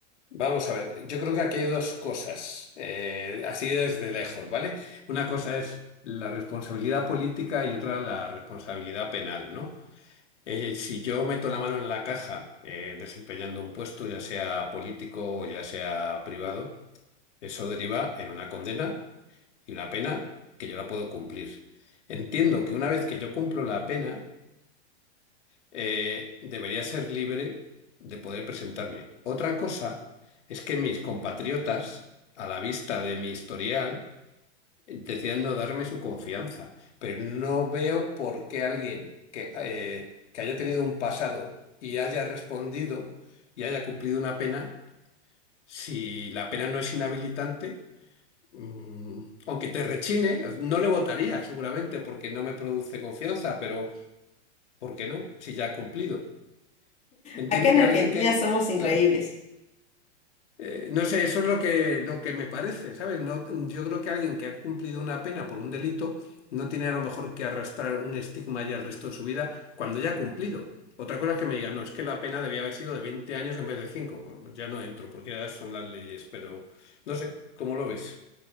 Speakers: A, on the left; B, on the left.
A: Vamos a ver, yo creo que aquí hay dos cosas, eh, así desde lejos, ¿vale? Una cosa es la responsabilidad política y otra la responsabilidad penal, ¿no? Eh, si yo meto la mano en la caja eh, desempeñando un puesto, ya sea político o ya sea privado, eso deriva en una condena y una pena que yo la puedo cumplir. Entiendo que una vez que yo cumplo la pena, eh, debería ser libre de poder presentarme. Otra cosa es que mis compatriotas, a la vista de mi historial, eh, decían no darme su confianza. Pero no veo por qué alguien que, eh, que haya tenido un pasado y haya respondido y haya cumplido una pena, si la pena no es inhabilitante, mm, aunque te rechine, no le votaría seguramente porque no me produce confianza, pero ¿por qué no? Si ya ha cumplido. Entiendo
B: Acá en
A: que
B: Argentina
A: alguien que,
B: somos increíbles.
A: claro, eh, no sé, eso es lo que, lo que me parece, ¿sabes? No, yo creo que alguien que ha cumplido una pena por un delito no tiene a lo mejor que arrastrar un estigma ya el resto de su vida cuando ya ha cumplido. Otra cosa es que me digan, no, es que la pena debía haber sido de 20 años en vez de cinco Bueno, ya no entro, porque ya son las leyes, pero no sé, ¿cómo lo ves?